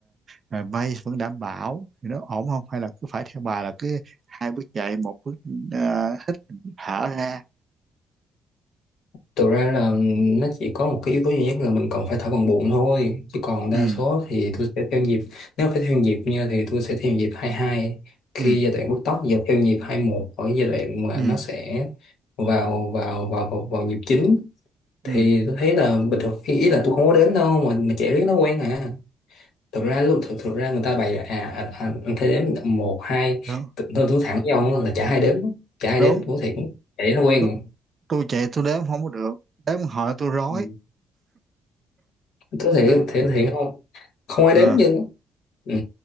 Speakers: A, on the right; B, on the left.
A: ờ, pace vẫn đảm bảo thì nó ổn không hay là cứ phải theo bà là cứ hai bước chạy một bước ờ, hít thở ra
B: thực ra là nó chỉ có một cái yếu tố duy nhất là mình còn phải thổi bằng bụng thôi chứ còn đa
A: ừ
B: số thì tôi sẽ theo nhịp nếu phải theo nhịp nha thì tôi sẽ theo nhịp 22 khi
A: ừ
B: giai đoạn bứt tốc và theo nhịp 21 ở giai đoạn mà
A: ừ
B: nó sẽ vào vào vào vào, vào nhịp chính thì
A: ừ
B: tôi thấy là bình thường khi ý là tôi không có đếm đâu mà, mà chạy riết nó quen à thực ra lúc thực, thực ra người ta bày là à, à, à anh thấy đếm một hai
A: đúng
B: tự- tôi tôi thẳng với ông là chả ai đếm chả ai
A: đúng
B: đếm tôi thiệt chạy nó quen
A: tôi,
B: à.
A: tôi chạy tôi đếm không có được đếm hỏi tôi rối
B: Ừ. tôi thiệt
A: nên
B: thiệt thiệt không không ai đếm
A: à,
B: nhưng ừ.